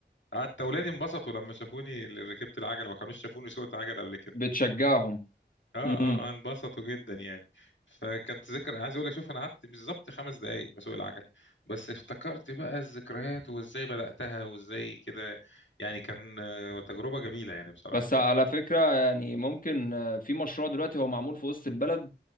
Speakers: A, on the left (about 80°); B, on the left (about 50°).
A: قعدت اولادي انبسطوا لما شافوني اللي ركبت العجله ما كانوش شافوني سوقت عجل قبل
B: <laughs>
A: كده
B: بتشجعهم
A: اه
B: امم
A: اه اه انبسطوا جدا يعني فكانت ذكرى عايز اقول لك شوف انا قعدت بالظبط خمس دقائق بسوق العجل بس افتكرت بقى الذكريات وازاي بداتها وازاي كده يعني كان آه، تجربه جميله يعني بصراحه
B: بس على فكرة يعني ممكن آه، في مشروع دلوقتي هو معمول في وسط البلد